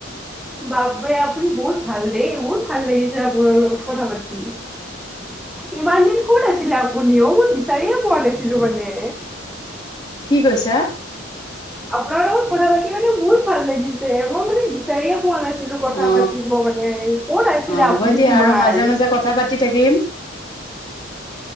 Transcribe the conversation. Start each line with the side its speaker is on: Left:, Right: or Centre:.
Centre: বাপৰে আপুনি বহুত ভাল দেই বহু ভাল লাগিছ যে আপোনাৰ লগত কথা পাতি ইমান দিন ক'ত আছিলে আপুনি অহ মই বিচাৰিয়ে পোৱা নাছিলো মানে।
Left: কি কৈছা?
Centre: আপোনাৰ লগত কথা- পাতি মানে বহুত ভাল লাগিছে মই মানে বিচাৰিয়ে মন আছিলো কথা
Left: অ
Centre: পাতিব মানে, ক'ত আছিলে
Left: অ হ'ব
Centre: আপুনি
Left: দিয়া
Centre: সোমাই।
Left: আৰু মাজে মাজে কথা পাতি থাকিম